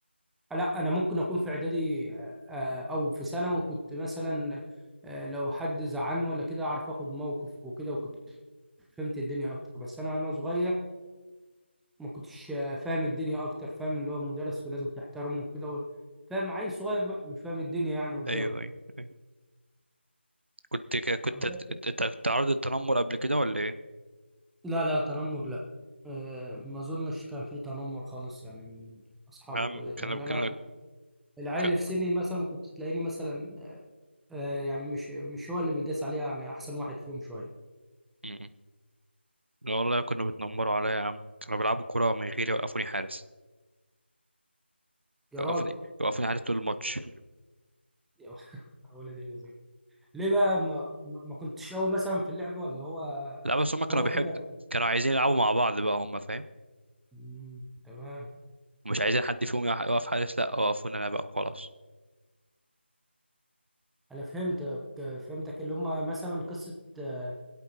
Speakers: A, in the centre; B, on the right.
A: لا انا ممكن اكون في اعدادي آه، او في سنه وكنت مثلا آه، لو حد زعلني ولا كده اعرف اخد موقف وكده وكنت فهمت الدنيا اكتر بس انا انا صغير ما كنتش آه، فاهم الدنيا اكتر فاهم اللي هو المدرس ولازم تحترمه وكده و- فاهم عيل صغير بقى مش فاهم الدنيا يعني قدامه
B: ايوه ايوه ايوه كنت ك- كنت
A: أب-
B: ت- ت- ت- تعرض التنمر قبل كده ولا ايه
A: لا لا تنمر لا آه، ما اظنش كان في تنمر خالص يعني من اصحابه
B: عم
A: كده لان
B: كان
A: انا
B: كان
A: كنت العيال
B: كان
A: اللي في سني مثلا كنت تلاقيني مثلا آه، يعني مش مش هو اللي بيداس عليها يعني احسن واحد فيهم شويه
B: م- لا والله كانوا بيتنمروا عليا يا عم كانوا بيلعبوا كرة من غير يوقفوني حارس
A: يا
B: يوقفوني
A: راجل
B: يوقفوني حارس طول الماتش
A: يا ولد اللذين ليه بقى ما, ما كنتش قوي مثلا في اللعب ولا هو
B: لا بس هم كانوا
A: هو
B: بيحب
A: كده وخلاص؟
B: كانوا عايزين يلعبوا مع بعض بقى هم فاهم
A: مم، تمام
B: ومش عايزين حد فيهم يقع- يقف حارس لا وقفونا انا بقى خلاص
A: انا فهمتك فهمتك اللي هم مثلا قصه آه،